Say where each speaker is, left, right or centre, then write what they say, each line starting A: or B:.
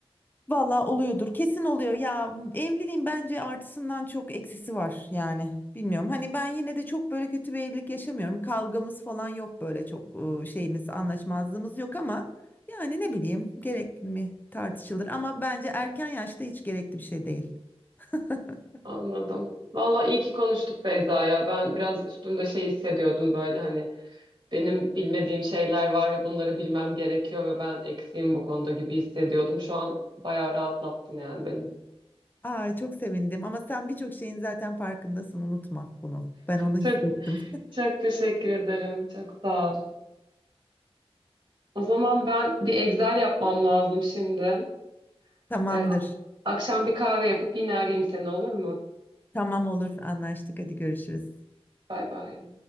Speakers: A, on the left; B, on the right.
A: Valla oluyordur. Kesin oluyor. Ya evliliğin bence artısından çok eksisi var yani. Bilmiyorum. Hani ben yine de çok böyle kötü bir evlilik yaşamıyorum. Kavgamız falan yok böyle çok e, şeyimiz, anlaşmazlığımız yok ama yani ne bileyim gerekli mi tartışılır ama bence erken yaşta hiç gerekli bir şey değil. <laughs>
B: Anladım. Vallahi iyi ki konuştuk Beyza ya. Ben biraz üstümde şey hissediyordum böyle hani benim bilmediğim şeyler var ve bunları bilmem gerekiyor ve ben eksiğim bu konuda gibi hissediyordum. Şu an bayağı rahatlattın yani benim.
A: Ay çok sevindim ama sen birçok şeyin zaten farkındasın unutma bunu. Ben onu
B: Çok
A: hissettim.
B: Çok teşekkür ederim. Çok sağ ol. O zaman ben bir Excel yapmam lazım şimdi.
A: <laughs> Tamamdır.
B: Ee, akşam bir kahve yapıp yine arayayım seni olur mu?
A: Tamam olur anlaştık hadi görüşürüz.
B: Bay bay.